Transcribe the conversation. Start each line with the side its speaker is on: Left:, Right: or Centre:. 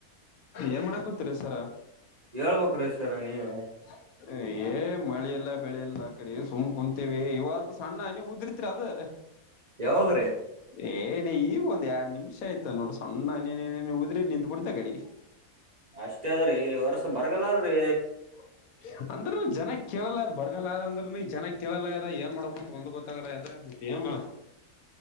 Left: ಏನ್ ಮಾಡಾಕ್ ಕುತ್ತರಿ ಸರ.
Right: ಹೇಳ್ಬೇಕ ರೀ ಸರ ನೀವೆ.
Left: <inaudible> ಏ ಮಳೆಲ್ಲಾ ಬೆಳೆಲ್ಲ ಆ ಕಡೆ ಸುಮ್ ಕುಂತೇವಿ ಇವತ್ತು ಸಣ್ಣ ಹನಿ ಉದಿರ್ತಿರಿ ಅದ
Right: ಯಾವಾಗ್ರೀ.
Left: ಏನ ಈಗ ಒಂದ ಎರಡ್ ನಿಮಿಷ ಆಯ್ತ ನೋಡ್ರ ಸಣ್ಣ ಹನಿ ಹನಿ ಉದ್ರಿ ನಿಂತು ಬಿಡತ ಗಡೆ.
Right: ಅಷ್ಟೇ ಅದ್ರೀ ಈ ವರ್ಷ ಬರಗಲ್ಲ ಅದ್ರೀ
Left: <inaudible> ಅಂದ್ರನು ಜನ ಕೇಳಲ್ಲ್ ಬರಗಲ್ಲ ಅದ ಅಂದ್ರ ನೀ ಜನ ಕೇಳಲ್ಲ ಇದ ಏನ್ ಮಾಡಬೇಕ್ ಅಂತ ಒಂದ ಗೊತ್ತಾಗಲ್ಲ ಇದ ತಿಯಂಗ